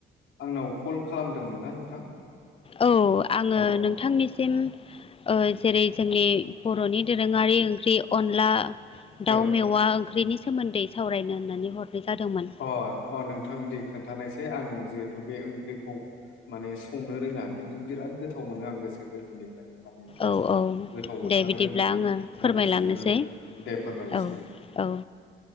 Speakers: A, on the left; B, on the left.
A: आंनाव कल खालामदोंमोन ना नोंथां।
B: औ आङो
A: औ
B: नोंथांनिसिम आ जेरै जोंनि बर'नि दोरोङारि ओंख्रि अनला दाउ
A: औ
B: मेवा ओंख्रिनि सोमोन्दै सावरायनो होननानै हरनाय जादोंमोन।
A: अ अ नोंथां दे खोन्थानायसै आं जिहेथु बे ओंख्रिखौ माने संनो रोङा खिन्थु बिराद गोथाव मोनो आं गोसो गोर्बोनिफ्राय माने टेस्ट
B: औ औ
A: गोथाव मोनथारो
B: दे बिदिब्ला
A: आङो
B: फोरमायलांनोसै
A: नाथाय संनो रोङो दे फोरमायनोसै
B: औ
A: नोंथां।
B: औ।